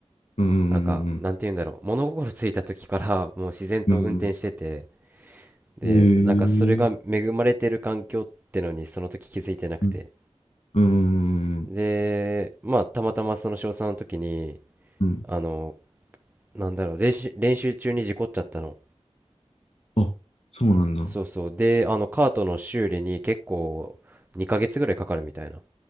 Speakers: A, on the left; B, on the right.
A: うん、うん、
B: なんか、なんて言うんだろう。物心ついた時からもう自然と運転してて、
A: うん。
B: で、
A: へえ、
B: なんかそれが恵まれてる環境ってのにその時気づいてなくて。
A: うん、うん、
B: で、まあ、たまたまその小さんの時に、
A: うん。
B: あの、なんだろう、練習、練習中に事故っちゃったの。
A: あ、そうなんだ。
B: そうそう。で、あの、カートの修理に結構2ヶ月ぐらいかかるみたいな。っ